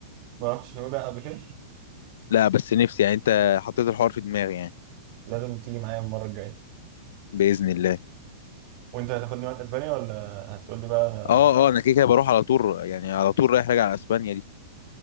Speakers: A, on the right; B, on the left.
A: ما رحتش نويبع قبل كده
B: لا بس نفسي يعني انت حطيت الحوار في دماغي يعني
A: لازم تيجي معايا المره الجايه
B: باذن الله
A: وانت هتاخدني معاك اسبانيا ولا هتقول لي بقى
B: اه اه انا كده كده بروح على طول يعني على طول رايح راجع على اسبانيا دي